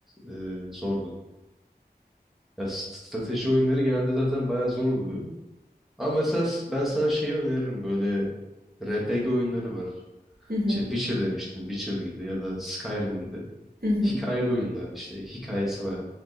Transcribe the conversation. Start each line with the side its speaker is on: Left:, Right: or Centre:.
Centre: Ee, zordu. Ya, strateji oyunları genelde zaten bayağı zor oluyor. Ama mesela s- ben sana şeyi öneririm böyle RPG oyunları var.
Right: Hı hı.
Centre: İşte Witcher demiştim. Witcher gibi ya da Skyrim gibi.
Right: Hı hı.
Centre: Hikayeli oyunlar işte hikayesi var.